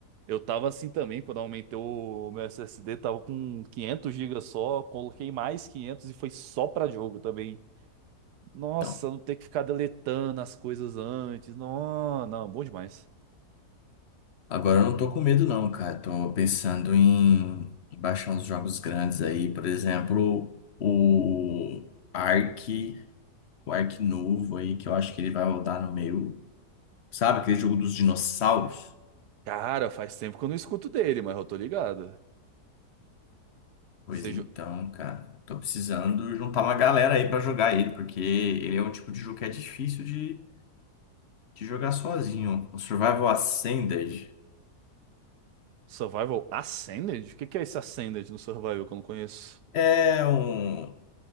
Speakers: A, on the right; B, on the left.
A: Eu tava assim também, quando eu aumentei o meu SSD, tava com 500 GB só, coloquei mais 500 e foi só pra jogo também. Nossa,
B: Então,
A: não ter que ficar deletando as coisas antes. Não, não, bom demais.
B: agora eu não tô com medo não, cara. Tô pensando em, em baixar uns jogos grandes aí. Por exemplo, o Ark, o Ark novo aí, que eu acho que ele vai rodar no meio... Sabe aquele jogo dos dinossauros?
A: Cara, faz tempo que eu não escuto dele, mas eu tô ligado.
B: Pois
A: Seja
B: então, cara, tô precisando juntar uma galera aí pra jogar ele, porque ele é um tipo de jogo que é difícil de, de jogar sozinho. O Survival Ascended
A: Survival Ascended? O que que é esse Ascended no Survival que eu não conheço?
B: é um-